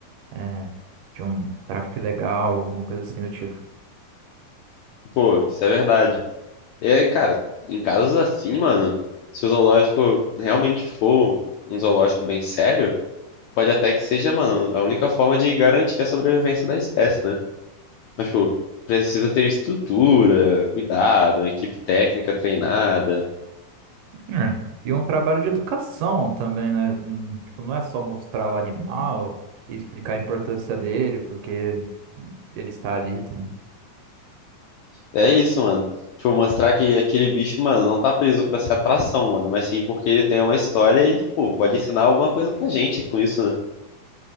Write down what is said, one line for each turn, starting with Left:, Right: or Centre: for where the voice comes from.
Right: é, de um tráfico ilegal, alguma coisa assim do tipo.
Left: Pô, isso é verdade. E aí, cara, em casos assim, mano, se o zoológico realmente for um zoológico bem sério, pode até que seja, mano, a única forma de garantir a sobrevivência da espécie, né? Mas, tipo, precisa ter estrutura, cuidado, uma equipe técnica treinada.
Right: É. E um trabalho de educação também, né? Hum, Tipo, não é só mostrar o animal e explicar a importância dele, porque ele está ali. tá?
Left: É isso, mano. Tipo, mostrar que aquele bicho, mano, não tá preso pra ser atração, mano, mas sim porque ele tem uma história e, pô, pode ensinar alguma coisa pra gente com isso, né?